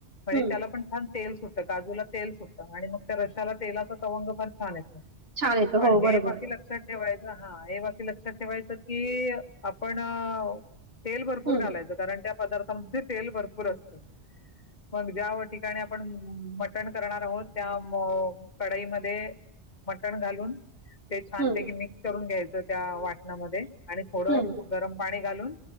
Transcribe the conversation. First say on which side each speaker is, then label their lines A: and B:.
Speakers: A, on the left; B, on the right.
A: म्हणजे
B: हं.
A: त्याला पण छान तेल सुट तर काजूला तेल सुटत आणि मग त्या रश्शाला तेलाचा तवंग फार छान येतो,
B: छान येतो.
A: पण
B: हो
A: हे
B: बरोबर.
A: बाकी लक्षात ठेवायचं हां हे बाकी लक्षात ठेवायचं की आपणं तेल भरपूर
B: हं.
A: घालायचं कारण त्या पदार्थांमध्ये तेल भरपूर असतं. मग ज्या ठिकाणी आपण मटण करणार आहोत त्या मग कढईमध्ये मटण घालून, ते छानपैकी
B: हं.
A: मिक्स करून घ्यायच त्या वाटणामध्ये आणि थोडं
B: हं.
A: गरम पाणी घालून